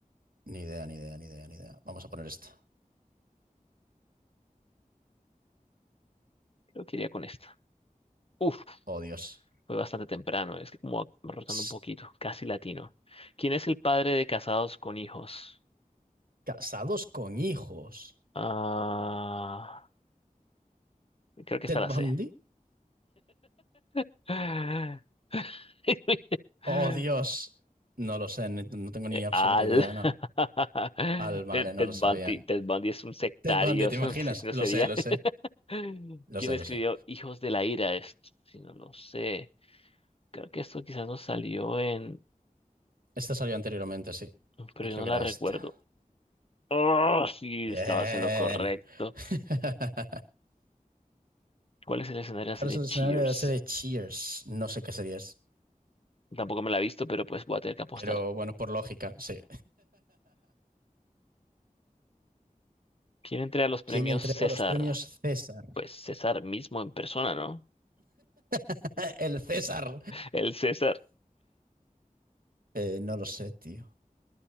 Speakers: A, on the right (about 85°); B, on the left (about 40°).
A: ni idea, ni idea, ni idea, ni idea. Vamos a poner esta.
B: Creo que iría con esta. Uf,
A: Oh, Dios.
B: fue bastante temprano. Es que como rotando
A: Ps,
B: un poquito. Casi latino. ¿Quién es el padre de casados con hijos?
A: Casados con hijos.
B: Ah, creo que
A: ¿Ted
B: esta la
A: Bundy?
B: sé. <laughs>
A: Oh, Dios. No lo sé, ni- no tengo ni absoluta
B: Al.
A: idea, no.
B: <laughs>
A: Al vale,
B: Ted,
A: no
B: Ted
A: lo sabían.
B: Bundy, Ted Bundy es un sectario,
A: Ted Bundy, ¿te
B: <laughs> es
A: imaginas?
B: un asesino
A: Lo
B: serial.
A: sé, lo
B: <laughs>
A: sé. Lo
B: ¿Quién
A: sé,
B: escribió
A: lo sé.
B: Hijos de la Ira? Esto, si no lo sé. Creo que esto quizás nos salió en...
A: Esta salió anteriormente, sí.
B: Pero
A: Y creo
B: yo no
A: que
B: la
A: era
B: recuerdo.
A: esta.
B: Oh, sí,
A: Bien.
B: estabas en lo correcto.
A: <laughs>
B: ¿Cuál es el escenario de la
A: ¿Cuál
B: serie
A: es el
B: Cheers?
A: escenario de la serie Cheers? No sé qué serie es.
B: Tampoco me la he visto, pero pues voy a tener que apostar.
A: Pero bueno, por lógica, sí.
B: ¿Quién entrega los premios
A: ¿Quién entrega
B: César?
A: los premios César?
B: Pues César mismo en persona, ¿no?
A: <laughs> El César.
B: El César.
A: Eh, no lo sé, tío.